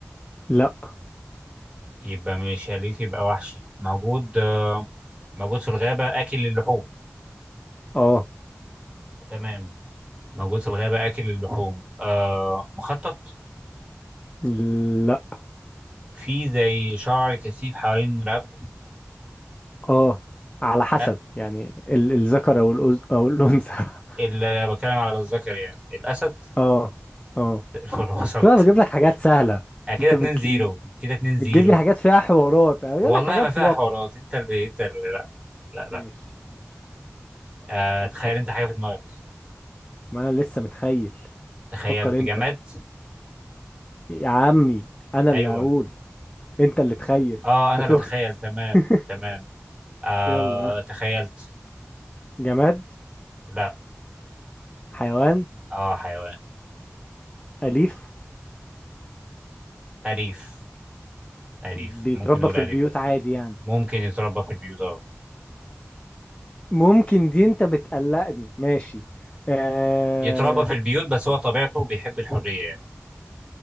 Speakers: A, on the left; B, on the right.
A: لا
B: يبقى مش اليف يبقى وحشي موجود آه موجود في الغابه اكل اللحوم
A: اه
B: تمام موجود في الغابه اكل اللحوم آه مخطط
A: لا
B: في زي شعر كثيف حوالين رقبته
A: اه على حسب
B: لا
A: يعني ال- الذكر او الأز... او الانثى <laughs>
B: اللي بتكلم على الذكر يعني الاسد
A: اه اه
B: الفل <laughs> وصلت
A: شوف انا بجيب لك حاجات سهلة
B: آه، كده
A: انت
B: 2
A: بت
B: 0 كده 2
A: بتجيب
B: 0
A: لي حاجات فيها حوارات أو يقول
B: والله
A: لك حاجات
B: ما فيها
A: واضحة
B: حوارات انت اللي انت اللي لا لا
A: ماشي
B: لا
A: ماشي
B: آه
A: طب
B: تخيل
A: فكر
B: انت حاجه في دماغك
A: ما أنا لسه متخيل
B: تخيلت
A: فكر أنت
B: جماد
A: يا عمي أنا اللي
B: ايوه
A: هقول أنت اللي تخيل
B: اه انا
A: أنت
B: اللي
A: تهت
B: اتخيل تمام
A: <laughs>
B: تمام آه
A: يلا ها.
B: تخيلت
A: جماد
B: لا
A: حيوان
B: اه حيوان
A: أليف
B: اليف اليف
A: بيتربى
B: ممكن نقول
A: في
B: اليف
A: البيوت عادي يعني
B: ممكن يتربى في البيوت اه
A: ممكن دي أنت بتقلقني ماشي آه...
B: يتربى في البيوت بس هو طبيعته بيحب الحريه يعني